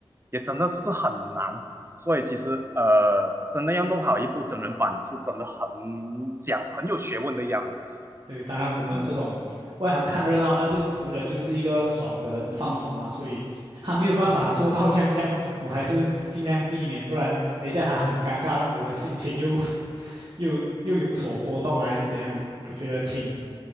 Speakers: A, on the right (about 25°); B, on the right (about 50°).
A: 也真的是很难。所以其实呃，真的要弄好一部真人版，是真的很讲很有学问的一样东西。
B: 对，当然我们这种外行看热闹，
A: 嗯
B: 但是图的就是一个爽跟放松嘛，所以他没有办法做到这样这样，我还是尽量避免，不然等一下他很尴尬，让我的心情又又又有所波动啊，还是怎样？我觉得挺